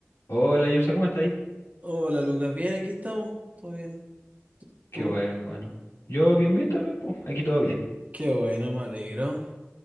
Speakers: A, on the left (about 75°); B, on the right (about 30°).
A: Hola, Yersa, ¿cómo estáis?
B: Hola Lucas, bien, aquí estamos, todo bien. ¿Tú?
A: Qué bueno, qué bueno. Yo bien, bien también, pues, aquí todo bien.
B: Qué bueno, me alegro.